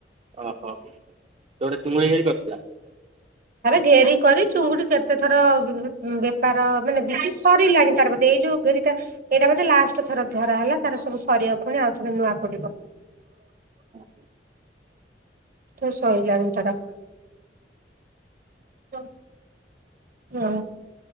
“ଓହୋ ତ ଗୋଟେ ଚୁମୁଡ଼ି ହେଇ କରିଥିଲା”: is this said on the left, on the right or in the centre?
Right